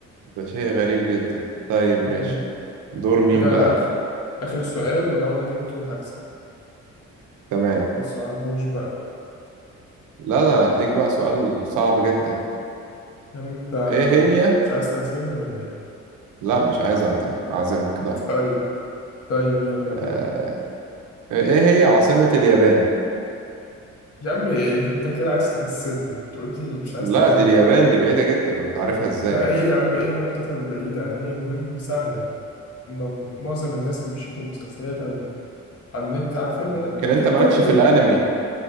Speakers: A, on the right; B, on the left.
A: ده شيء غريب جدا طيب ماشي
B: مم.
A: دور مين
B: كده
A: بقى
B: آخر آخر سؤال ولو أنا جبته هكسب
A: تمام
B: ما تصعبوش بقى
A: لا ده أنا هديك بقى سؤال صعب جدا
B: يا عم أنت
A: إيه هي
B: مش عايز تعزمني ولا إيه؟
A: لا مش عايز أعزمك أعزمك
B: <laughs>
A: لا
B: طيب طيب يلا
A: آه...
B: بينا
A: إيه هي عاصمة اليابان
B: يا عم إيه ده انت كده عايز تكسبني تقول لي مش عايز
A: لا
B: تعزمني
A: دي اليابان دي بعيدة جدا أنت عارفها إزاي
B: لا
A: يعني
B: ايه يا عم ايه علاقتها بعيدة هي المهم سهلة م- معظم الناس اللي بيشوفوا مسلسلات او على النت عارفينها يعني
A: يمكن
B: اكيد
A: أنت مالكش
B: طوكيو
A: في الأنمي